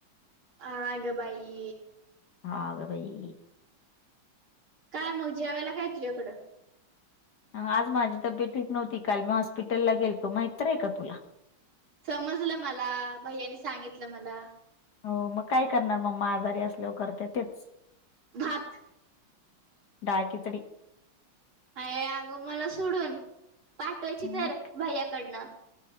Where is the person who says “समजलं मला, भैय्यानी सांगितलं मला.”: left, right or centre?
Right